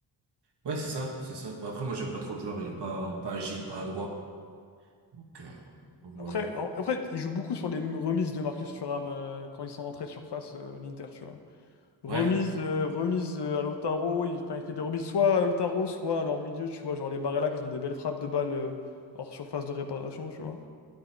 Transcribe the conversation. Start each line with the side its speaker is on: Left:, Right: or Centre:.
Right: Ouais, c'est ça, c'est ça. Bah, après, moi, j'aime pas trop le joueur, il est pas pas agile, pas adroit. Donc, euh, donc voilà.
Left: Après, en- après, ils jouent beaucoup sur les m- remises de Marcus Thuram euh, quand ils sont rentrés de surface, euh, l'Inter, tu vois. Remise,
Right: Ouais.
Left: euh, remise euh, à Lautaro, il, enfin, il fait des remises soit à Lautaro, soit à leur milieu, tu vois. Genre les Barella, qui ont des belles frappes de balles euh, hors surface de réparation, tu vois.